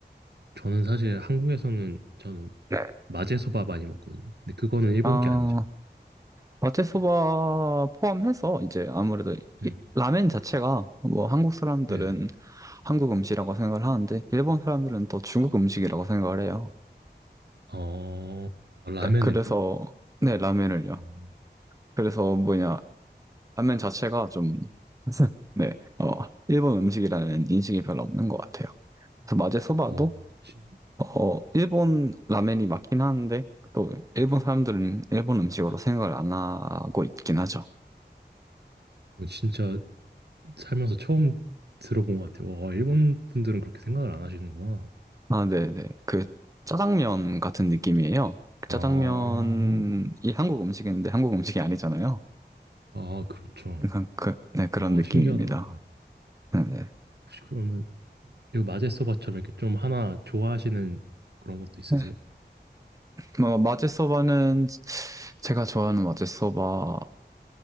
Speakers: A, on the right; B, on the right.
A: 저는 사실 한국에서는 저는
B: 네.
A: 마제소바 많이 먹거든요. 근데 그거는 일본
B: 아,
A: 게 아니죠.
B: 마테소바 포함해서 이제 아무래도
A: 네,
B: 이- 라멘 자체가 뭐 한국 사람들은
A: 네.
B: 한국 음식이라고 생각을 하는데, 일본 사람들은 또 중국 음식이라고 생각을 해요.
A: 어, 아, 라멘을요?
B: 네. 그래서, 네, 라멘을요.
A: 음,
B: 그래서 뭐냐. 라면 자체가 좀, <laughs> 네, 어, 일본 음식이라는 인식이 별로 없는 것 같아요. 그래서 마제 소바도,
A: 어, 진,
B: 어, 어, 일본 라면이 맞긴 하는데, 또 일본 사람들은 일본 음식으로 생각을 안 하고 있긴 하죠.
A: 어, 진짜 살면서 처음 들어본 것 같아요. 와, 일본 분들은 그렇게 생각을 안 하시는구나.
B: 아, 네네. 그 짜장면 같은 느낌이에요. 그
A: 아,
B: 짜장면이 한국 음식인데 한국 음식이 아니잖아요.
A: 아, 그렇죠.
B: 그러니까 그, 네, 그런
A: 아,
B: 느낌입니다.
A: 신기하다.
B: 네네.
A: 혹시 그러면 이거 마제소바처럼 이렇게 좀 하나 좋아하시는 그런 것도 있으세요?
B: 네. 네, 뭐, 마제 소바는 제가 좋아하는 마제 소바를